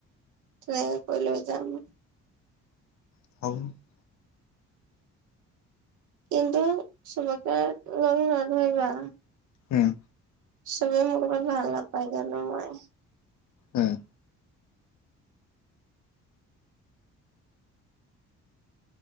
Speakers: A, on the right; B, on the left.
A: তেনেকে কৰি লৈ যাম মই।
B: <unintelligible>
A: কিন্তু চবকে লগ নধৰিবা।
B: উম,
A: চবে মোক ভাল <unintelligible> নাপায় জানো মই।
B: উম,